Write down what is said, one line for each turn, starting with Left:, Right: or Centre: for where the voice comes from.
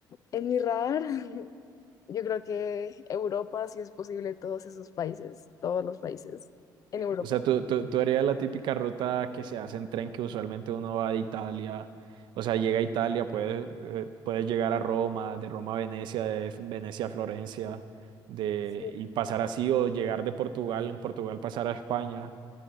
Left: en mi radar, <laughs> yo creo que Europa, si es posible, todos esos países, todos los países en Europa.
Right: O sea, tú, tú, tú harías la típica ruta que se hace en tren que usualmente uno va de Italia, o sea, llega a Italia, puedes, eh, puedes llegar a Roma, de Roma a Venecia, de F- Venecia a Florencia, de,
Left: Sí.
Right: y pasar así, o llegar de Portugal, en Portugal pasar a España.